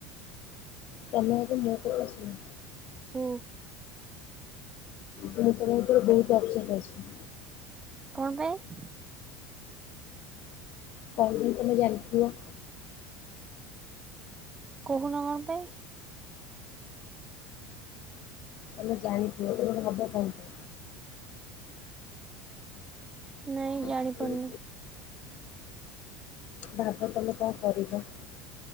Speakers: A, on the left; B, on the right.
A: ତମେ ଏବେ ମୋ ପରେ ଆସିବ।
B: ହୁଁ।
A: ଭିତରେ ଭିତରେ ବହୁତ୍ ଅପସେଟ୍ ଅଛି।
B: କଣ ପାଇଁ?
A: କଣ ପାଇଁ ତମେ ଜାଣିଥିବ।
B: କହୁନ କଣ ପାଇଁ?
A: ତମେ ଜାଣିଥିବ ତମେ ଭାବ କଣ।
B: ନାଇଁ ଜାଣିପାରୁନି।
A: ପାଇଁ? ଭାବ ତମେ କଣ କରିବ।